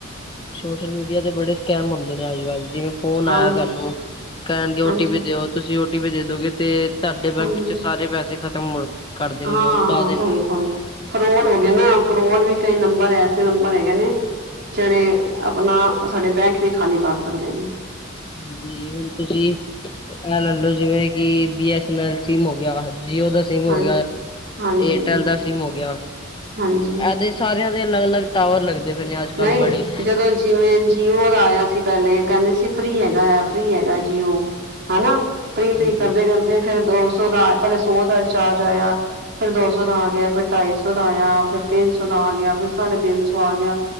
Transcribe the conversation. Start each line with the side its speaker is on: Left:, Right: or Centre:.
Left: ਸੋਸ਼ਲ ਮੀਡੀਆ ਤੇ ਬੜੇ ਸਕੈਮ ਹੁੰਦੇ ਨੇ, ਅੱਜ-ਕੱਲ੍ਹ ਫੋਨ
Right: ਹਾਂਜੀ,
Left: ਆਇਆ ਸਾਨੂੰ ਕਹਿਣਗੇ, ਓਟੀ
Right: ਹਾਂਜੀ,
Left: ਪੀ ਦਿਓ ਤੁਸੀਂ ਓ ਟੀ ਪੀ ਦੇ ਦੋਗੇ ਤੇ। ਤੁਹਾਡੇ ਬੈਂਕ
Right: ਹਾਂਜੀ।
Left: ਚ ਸਾਰੇ ਪੈਸੇ ਖਤਮ ਕਰ ਦੇਣਗੇ
Right: ਹਾਂ
Left: ਉਹ ਉਡਾ ਦੇਣਗੇ
Right: ਬਿਲਕੁਲ ਫਰੋਡ ਹੋ ਗਏ, ਨਾ ਫਰੋਡ ਵੀ ਕਈ ਨੰਬਰ ਐਸੇ ਨੰਬਰ ਹੈਗੇ ਨੇ। ਜਣੇ ਆਪਣਾ ਸਾਡੇ ਬੈਂਕ ਵੀ ਖਾਲੀ ਕਰ ਸਕਦੇ ਨੇ,
Left: ਹਾਂਜੀ ਹੁਣ ਤੁਸੀਂ, ਆ ਲੈ ਲੋ ਜਿਵੇਂ, ਕਿ B S N L seam ਹੋ ਗਿਆ ਜੀਓ ਦਾ ਸਮ ਹੋ
Right: ਹਾਂਜੀ।
Left: ਗਿਆ,
Right: ਹਾਂਜੀ,
Left: ਏਅਰਟੈਲ ਦਾ ਸਿੰਮ ਹੋ ਗਿਆ
Right: ਹਾਂਜੀ
Left: ਇਹਦੇ, ਸਾਰਿਆਂ ਦੇ ਅਲੱਗ-ਅਲੱਗ ਟਾਵਰ ਲੱਗਦੇ ਪਏ ਨੇ ਅੱਜ-ਕੱਲ੍ਹ
Right: ਨਹੀਂ
Left: ਬੜੇ-
Right: ਜਦੋਂ ਜਿਵੇਂ ਜੀਓ ਦਾ ਆਇਆ ਸੀ, ਪਹਿਲੇ ਕਹਿੰਦੇ ਸੀ ਫ੍ਰੀ ਹੈਗਾ ਹੈ ਫੀ ਹੈਗਾ ਜੀਓ। ਹਨਾ ਫ੍ਰੀ-ਫ੍ਰੀ
Left: ਹਾਂਜੀ-ਹਾਂਜੀ।
Right: ਕਰਦੇ ਕਰਦੇ ਫਿਰ ਦੋ ਸੌ ਦਾ ਪਹਿਲੇ ਸੋ ਦਾ ਰਿਚਾਰਜ ਆਇਆ। ਫਿਰ ਦੋ ਸੌ ਦਾ ਆ ਗਿਆ ਫਿਰ ਢਾਈ ਸੌ ਦਾ ਆਇਆ ਫਿਰ ਤਿੰਨ ਸੌ ਦਾ ਆ ਗਿਆ ਫਿਰ ਸਾਢੇ ਤਿੰਨ ਸੌ ਆ ਗਿਆ।